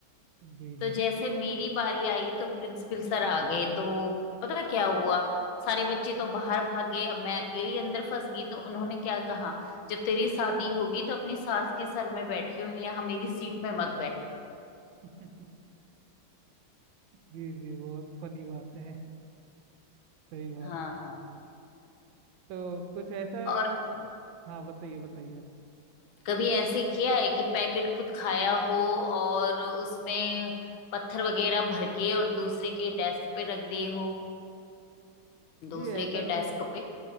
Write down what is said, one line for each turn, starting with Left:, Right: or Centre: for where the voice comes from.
Right: जी
Left: तो
Right: जी
Left: जैसे मेरी बारी आई तो प्रिंसिपल सर आ गए तो पता क्या हुआ सारे बच्चे तो बाहर भाग गए अब मैं अकेली अंदर फंस गई तो उन्होंने क्या कहा जब तेरी शादी होगी तो अपनी सास के सर में बैठी हो यहाँ मेरी सीट में मत बैठ
Right: <laughs> जी जी बहुत फनी बातें हैं सही बात
Left: हाँ
Right: तो कुछ ऐसा
Left: और
Right: हाँ बताइए बताइए आप
Left: कभी ऐसे किया है कि पैकेट खुद खाया हो और उसमें पत्थर वगैरह भर के और दूसरे के डेस्क पे रख दिए हो
Right: जी
Left: दूसरे
Right: ऐसा
Left: के
Right: तो
Left: डेस्क पे